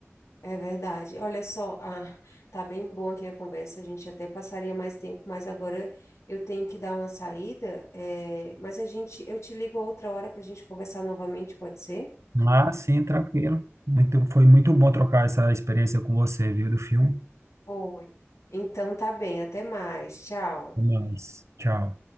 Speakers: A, on the left (about 80°); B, on the right (about 80°).
A: é verdade. Olha só, ah, tá bem bom aqui a conversa, a gente até passaria mais tempo, mas agora eu tenho que dar uma saída, é, mas a gente, eu te ligo outra hora para a gente conversar novamente, pode ser?
B: Mas sim, tranquilo. Muito, foi muito bom trocar essa experiência com você, viu, do filme.
A: Foi. Então tá bem, até mais. Tchau.
B: Até mais. Tchau.